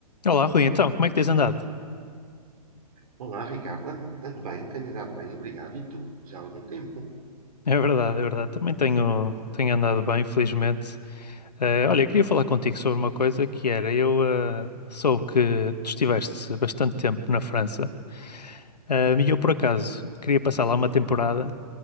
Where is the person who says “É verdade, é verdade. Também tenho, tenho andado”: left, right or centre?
Left